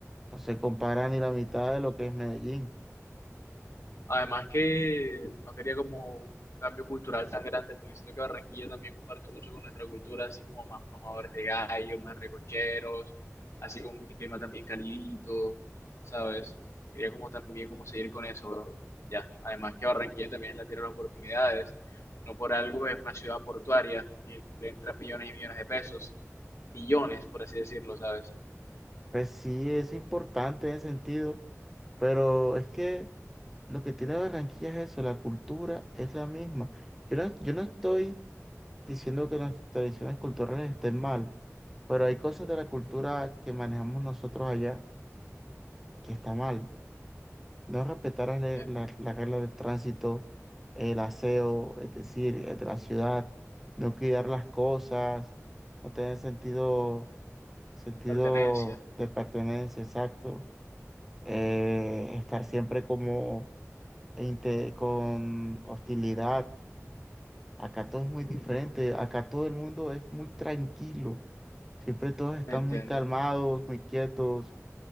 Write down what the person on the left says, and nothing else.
Además que no quería como un cambio cultural tan grande, porque siento que Barranquilla también comparte mucho con nuestra cultura, así como más mamadores de gallo, más recocheros, así como un clima también calidito, ¿sabes? Quería como también como seguir con eso, bro. Ya, además que Barranquilla también es la tierra de las oportunidades, no por algo es una ciudad portuaria y le entran millones y millones de pesos, millones, por así decirlo, ¿sabes?
Bien,
pertenencia.
Mm.
Entiendo,